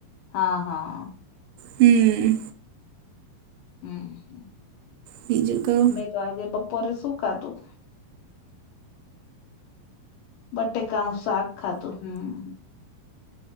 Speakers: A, on the left; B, on the right.
A: હા, હા.
B: હમમ.
A: હમમ હમમ.
B: બીજું કવ
A: તો આજે બપોરે શું ખાધું? બટેકાનું શાક ખાધું, હમ્મ.